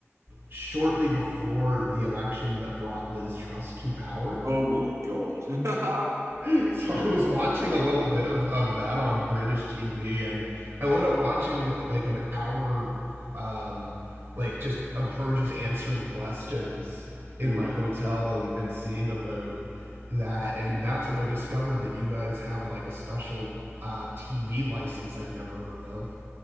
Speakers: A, on the right; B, on the right.
A: shortly before the election that brought Liz Truss to power,
B: Oh my God. <laughs>
A: <laughs> So I was watching a little bit of, of that on British TV, and I wound up watching like an hour, um, like just of her just answering questions in
B: Mm.
A: my hotel and, and seeing about that.
B: She
A: And
B: was
A: that's
B: awful.
A: when I discovered that you guys have like a special uh, TV license I'd never heard of,